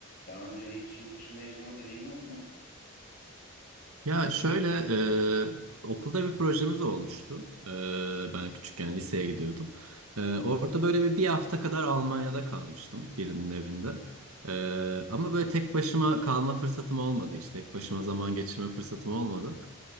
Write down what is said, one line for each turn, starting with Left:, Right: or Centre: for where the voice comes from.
Left: Daha önce hiç yurt dışında yaşama deneyimin oldu mu?
Right: Ya şöyle e, okulda bir projemiz olmuştu. E, ben küçükken liseye gidiyordum. E, orada böyle bir, bir hafta kadar Almanya'da kalmıştım birinin evinde. E, ama böyle tek başıma kalma fırsatım olmadı işte. Tek başıma zaman geçirme fırsatım olmadı.